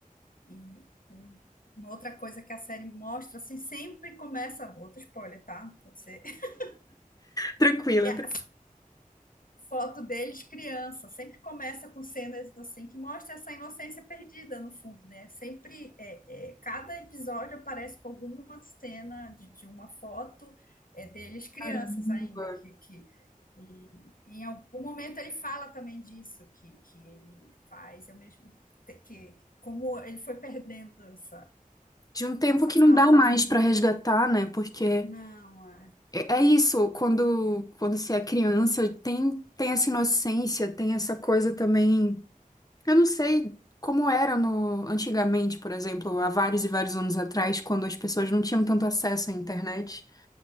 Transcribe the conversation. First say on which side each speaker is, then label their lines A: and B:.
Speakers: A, on the left; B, on the left.
A: E um- uma outra coisa que a série mostra, assim, sempre começa, outro spoiler, tá? Pode ser. <laughs>
B: tranquila.
A: É a foto deles criança, sempre começa com cenas assim que mostra essa inocência perdida no fundo, né? Sempre, é, é, cada episódio aparece com alguma cena de, de uma foto é, deles crianças
B: Caramba.
A: ainda, que, que e, em algum momento ele fala também disso, que, que ele faz, eu mesmo, que, que- como ele foi perdendo essa,
B: De um tempo
A: essa
B: que
A: fase,
B: não dá mais
A: né?
B: para resgatar, né? Porque
A: Não, é.
B: é é isso, quando quando você é criança, tem tem essa inocência, tem essa coisa também. Eu não sei como era no antigamente, por exemplo, há vários e vários anos atrás, quando as pessoas não tinham tanto acesso à internet.